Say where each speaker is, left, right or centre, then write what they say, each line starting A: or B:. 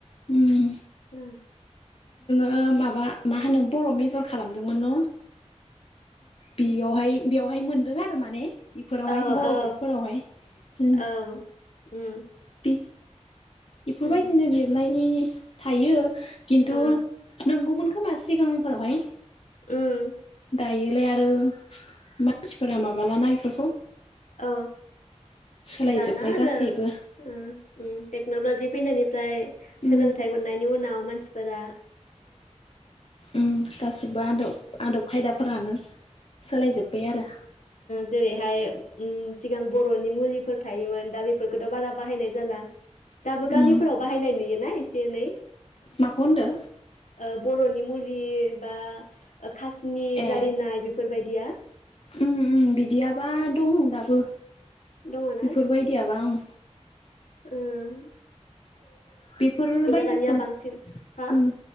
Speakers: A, on the left (about 55°); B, on the left (about 85°).
A: उम
B: ओ
A: ओ माबा मा होनो बर मेजर खालामदोंमोन न बेयावहाय बेयावहाय मोन दों आरो माने बेफोरावहाय
B: औ
A: बर'
B: औ
A: बुकफोरावहाय उम
B: औ उम
A: बे बेफोरबायदिनो
B: उम
A: लिरनाय नि थायो खिन्थु
B: ओ
A: नंगौमोन खो खोमा सिगांफोरावहाय
B: उम
A: दायोलाय आरो मानसिफोरा माबालाना बेफोरखौ
B: औ
A: सोलायजोब्बाय
B: दाना‌ आरो
A: गासैबो
B: ओ उम टेक नलजि फैनायनिफ्राय
A: उम
B: सोलोंथाइ मोननायनि उनाव मानसि सिफोरा
A: उम गासिबो आदब आदब खायदा फोरानो सोलायजोब्बाय आरो
B: जेरैहाय उम सिगां बर'नि मुलिफोर थायोमोन दा बेफोरखौथ' बारा बाहायनाय जाला दाबो गामिफोराव
A: उम
B: बाहायनाय नुयोना एसे एनै
A: माखौ होनदो
B: ओ बर'नि मुलि बा ओ खासिनि
A: ए
B: जारिनाय बेफ बेफोरबायदिया
A: उम उम बिदियाबा दं दाबो
B: दङना
A: बेफोरबायदियाबा ओं
B: ओं
A: बेफोरबायदिखौ
B: दानिया बांसिन हा
A: ओं